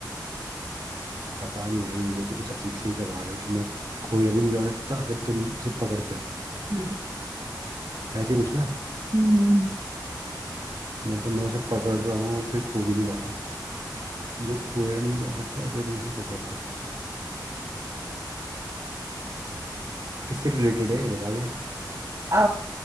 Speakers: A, on the right (about 70°); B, on the right (about 45°).
A: पता नहीं भाई ये तो कुछ अजीब से ही सवाल है कि मैं खोया भी नहीं जा सकता अगर तुम उसे पकड़ते हो
B: हम्म,
A: ऐसे कुछ ना
B: हम्म। हम्म।
A: मतलब मैं उसे पकड़ रहा हूँ और फिर खो भी नहीं पा रहा हूँ जो खोया नहीं जा सकता अगर तुम उसे पकड़ते हो किससे रिलेटेड है ये बता दे
B: आ,